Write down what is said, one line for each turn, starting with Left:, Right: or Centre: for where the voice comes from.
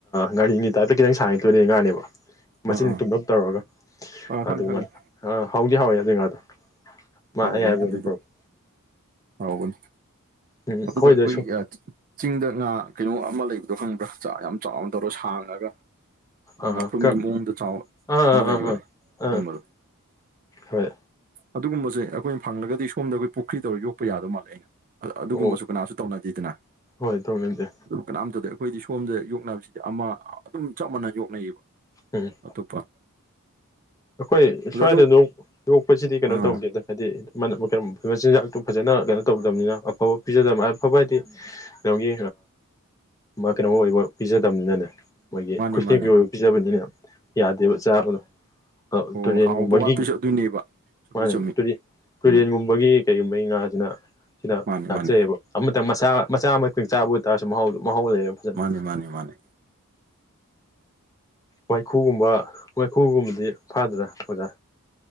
Left: ꯉꯥꯔꯤꯒꯤ ꯇꯥꯏꯞꯇ ꯈꯤꯇꯪ ꯁꯥꯡꯉ ꯇꯣꯏꯗ ꯉꯥꯅꯦꯕ ꯃꯆꯤꯟ
Right: ꯑꯥ ꯑꯥ
Left: ꯇꯨꯡꯂꯞ ꯇꯧꯔꯒ
Right: ꯑꯥ ꯈꯪꯉꯤ
Left: ꯑꯗꯨꯃꯥꯏꯅ
Right: ꯈꯪꯉꯤ
Left: ꯑ ꯍꯧꯗꯤ ꯍꯥꯎꯋꯦ ꯑꯗꯨꯏ ꯉꯥꯗꯣ ꯃꯥ
Right: ꯍꯥꯎꯕꯅꯤ
Left: ꯑꯌꯥꯏꯕ ꯑꯣꯏꯅ
Right: ꯑꯗꯨꯏꯗꯣ
Left: ꯄꯨꯔꯛꯄ
Right: ꯍꯥꯎꯕꯅꯤ
Left: ꯎꯝ ꯑꯩꯈꯣꯏꯗꯁꯨ
Right: ꯑꯗꯨꯒ ꯑꯩꯈꯣꯏ ꯆꯤꯡꯗ ꯉꯥ ꯀꯩꯅꯣ ꯑꯃ ꯂꯩꯕꯗꯣ ꯍꯪꯕ꯭ꯔꯥ ꯆꯥꯛ ꯌꯥꯝ ꯆꯥꯎꯅ ꯇꯧꯔ ꯁꯥꯡꯉꯒ
Left: ꯑꯥ
Right: ꯉꯥꯄ꯭ꯔꯨꯝꯒꯤ
Left: ꯀ
Right: ꯃꯑꯣꯡꯗ ꯆꯥꯎꯕ
Left: ꯑꯥ
Right: ꯑꯃ
Left: ꯑꯥ
Right: ꯂꯩꯕꯅꯦ
Left: ꯑꯥ ꯑꯥ ꯑꯥ
Right: ꯑꯗꯨꯝꯕꯗꯣ
Left: ꯍꯣꯏ
Right: ꯑꯗꯨꯒꯨꯝꯕꯁꯦ ꯑꯩꯈꯣꯏꯅ ꯐꯪꯂꯒꯗꯤ ꯁꯣꯝꯗ ꯑꯩꯈꯣꯏ ꯄꯨꯈ꯭ꯔꯤ ꯇꯧꯔꯒ ꯌꯣꯛꯄ ꯌꯥꯗꯧ ꯃꯥꯜꯂꯦ ꯑꯩꯅ ꯑꯗꯨꯒꯨꯝꯕꯁꯨ
Left: ꯑꯣ
Right: ꯀꯅꯥꯁꯨ ꯇꯧꯅꯗꯦꯗꯅ
Left: ꯍꯣꯏ ꯇꯧꯅꯗꯦ
Right: ꯑꯗꯨ ꯀꯅꯥꯝꯇꯗꯦ ꯑꯩꯈꯣꯏꯗꯤ ꯁꯣꯝꯗ ꯌꯣꯛꯅꯕꯁꯤꯗꯤ ꯑꯃ ꯑꯗꯨꯝ ꯆꯞ ꯃꯥꯟꯅ ꯌꯣꯛꯅꯩꯌꯦꯕ
Left: ꯎꯝ
Right: ꯑꯇꯣꯞꯄ
Left: ꯑꯩꯈꯣꯏ
Right: ꯑꯗ
Left: ꯁ꯭ꯋꯥꯏꯗꯗ
Right: ꯑꯗꯨꯝ
Left: ꯌꯣꯛꯄꯁꯤꯗꯤ ꯀꯩꯅꯣ
Right: ꯑꯥ
Left: ꯇꯧꯗꯦꯗ ꯍꯥꯏꯗꯤꯩꯅꯣ ꯃꯆꯤꯟꯖꯥꯛꯇꯨ ꯐꯖꯅ ꯀꯩꯅꯣ ꯇꯧꯗꯕꯅꯤꯅ ꯑꯐꯕ ꯄꯤꯖꯗꯕꯗꯤ ꯑꯐꯕ ꯍꯥꯏꯗꯤ ꯀꯩꯅꯣꯒꯤ ꯀꯩꯅꯣꯝ ꯑꯣꯏꯕ ꯄꯤꯖꯗꯕꯅꯤꯅꯅꯦ ꯃꯣꯏꯒꯤ
Right: ꯃꯥꯅꯤ
Left: ꯈꯨꯁꯦꯝꯒꯤ
Right: ꯃꯥꯅꯤ
Left: ꯑꯣꯏꯕ ꯄꯤꯖꯕꯅꯤꯅ ꯌꯥꯗꯦꯕ ꯆꯥꯕꯗꯣ ꯑ
Right: ꯑꯣ
Left: ꯇꯨꯔꯦꯟꯒꯨꯝꯕꯒꯤ
Right: ꯍꯥꯎꯕ ꯋꯥꯠꯄꯁꯨ ꯑꯗꯨꯅꯦꯕ ꯆꯨꯝꯃꯤ
Left: ꯃꯥꯅꯦ
Right: ꯆꯨꯝꯃꯤ
Left: ꯇꯨꯔꯦꯟꯒꯨꯝꯕꯒꯤ
Right: ꯆꯨꯝꯃꯤ
Left: ꯀꯩꯒꯨꯝꯕꯒꯤ ꯉꯥꯁꯤꯅ ꯁꯤꯗ
Right: ꯃꯥꯅꯤ
Left: ꯉꯥꯛꯆꯩꯑꯕ
Right: ꯃꯥꯅꯤ
Left: ꯑꯃꯇꯪ ꯃꯆꯥ ꯃꯆꯥ ꯑꯃꯪ ꯆꯥꯕ ꯑꯣꯏꯇꯥꯔꯁꯨ ꯃꯍ ꯃꯍꯥꯎ ꯂꯩꯌꯦꯕ ꯐꯖꯅ
Right: ꯃꯥꯅꯤ ꯃꯥꯅꯤ ꯃꯥꯅꯤ
Left: ꯋꯥꯏꯈꯨꯒꯨꯝꯕ ꯋꯥꯏꯈꯨꯒꯨꯝꯕꯗꯤ ꯐꯥꯗ꯭ꯔꯥ ꯑꯣꯖꯥ